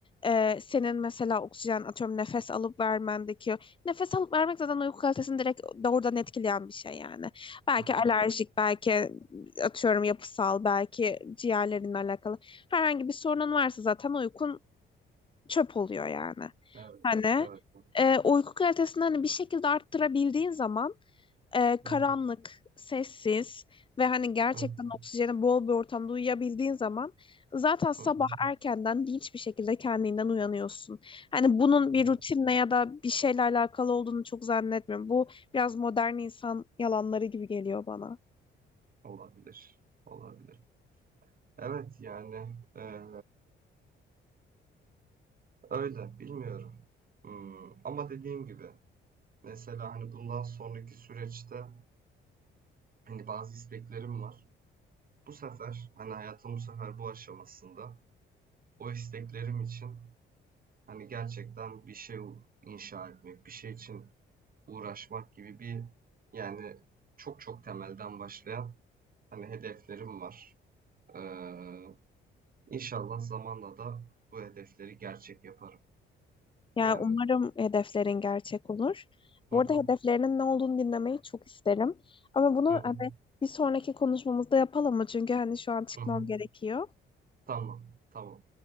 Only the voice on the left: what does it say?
e, senin mesela oksijen atıyorum nefes alıp vermendeki nefes alıp vermek zaten uyku kalitesini direkt doğrudan etkileyen bir şey yani. Belki
alerjik, belki atıyorum yapısal, belki ciğerlerinle alakalı herhangi bir sorunun varsa zaten uykun çöp oluyor yani.
Hani
e, uyku kalitesini hani bir şekilde arttırabildiğin zaman e,
karanlık,
sessiz ve hani gerçekten
oksijeni bol bir ortamda uyuyabildiğin zaman zaten sabah
erkenden dinç bir şekilde kendinden uyanıyorsun. Hani bunun bir
rutinle ya da bir şeyle alakalı olduğunu çok zannetmiyorum. Bu biraz modern insan yalanları gibi geliyor bana.
Ya
umarım hedeflerin gerçek olur. Bu
arada hedeflerinin ne olduğunu dinlemeyi çok isterim. Ama bunu
hani bir sonraki konuşmamızda yapalım mı? Çünkü hani şu an çıkmam
gerekiyor.